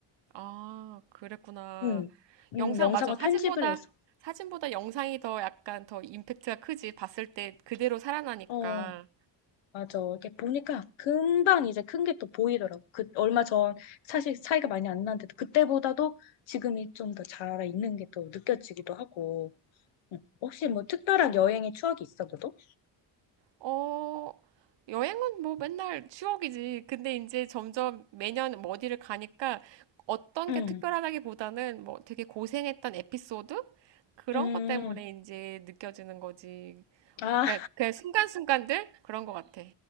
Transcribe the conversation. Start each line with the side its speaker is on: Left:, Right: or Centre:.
Right: 아, 그랬구나.
Left: 음, 음,
Right: 영상,
Left: 영상을
Right: 맞아. 사진보다,
Left: 편집을 해서.
Right: 사진보다 영상이 더 약간 더 임팩트가 크지. 봤을 때 그대로 살아나니까.
Left: 어. 맞아. 이렇게 보니까 금방 이제 큰 게 또 보이더라고. 그 얼마 전 사실 차이가 많이 안 나는데도 그때보다도 지금이 좀 더 잘 있는 게 또 느껴지기도 하고. 응. 혹시 뭐 특별한 여행의 추억이 있어, 너도?
Right: 어, 여행은 뭐 맨날 추억이지. 근데 이제 점점 매년 뭐 어디를 가니까 어떤
Left: 응.
Right: 게 특별하다기보다는 뭐 되게 고생했던 에피소드? 그런
Left: 음.
Right: 것 때문에 이제 느껴지는 거지.
Left: 아,
Right: 어, 그냥, 그냥 순간순간들? 그런 것 같아.